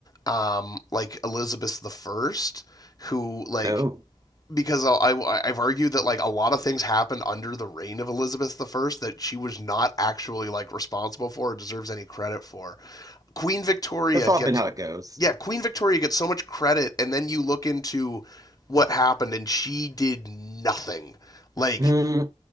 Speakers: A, on the left (about 30°); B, on the right (about 30°).
A: um, like Elizabeth the First, who like
B: Oh,
A: because I, I have argued that like a lot of things happened under the reign of Elizabeth the First that she was not actually like responsible for or deserves any credit for. Queen Victoria
B: that's often
A: gets
B: how it goes.
A: yeah, Queen Victoria gets so much credit, and then you look into what happened, and she did nothing. Like,
B: Mm,